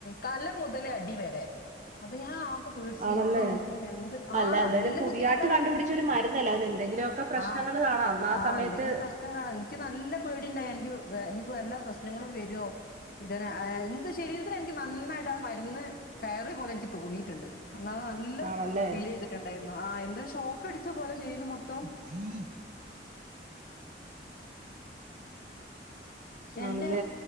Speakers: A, on the left (about 55°); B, on the right (about 45°).
A: തല മുതൽ അടി വരെ. അപ്പൊ ഞാൻ ആകെ പേടിച്ച്
B: ആണല്ലേ
A: എന്തായിരിക്കും എന്ത് ആഹ്
B: അല്ല എന്തായാലും
A: നല്ല
B: പുതിയായിട്ട്
A: ബുദ്ധിമുട്ടായി
B: കണ്ടുപിടിച്ച
A: അന്ന്.
B: ഒരു മരുന്നല്ലേ അതിന് എന്തെങ്കിലുമൊക്കെ പ്രശ്നങ്ങൾ
A: ആഹ്
B: കാണാം അന്ന് ആ
A: ആഹ്
B: സമയത്ത്
A: എന്തെങ്കിലും പ്രശ്നം കാണാം എനിക്ക് നല്ല പേടി ഉണ്ടായി എനിക്ക്. വ എനിക്ക്‌ വല്ല പ്രശ്നങ്ങളും വരോ ഇത എന്തോ ശരീരത്തില് എനിക്ക് നന്നായിട്ട് ആ മരുന്ന്. കയറിയ പോലെ എനിക്ക് തോന്നിയിട്ടുണ്ട് <unintelligible> നല്ല
B: ആണല്ലേ
A: ഫീൽ ചെയ്തിട്ടുണ്ടായിരുന്നു ആ എന്തരു ഷോക്ക് അടിച്ച പോലെ ശരിരം മൊത്തം.
B: ഉം
A: പക്ഷെ
B: ആണല്ലേ
A: എന്റെ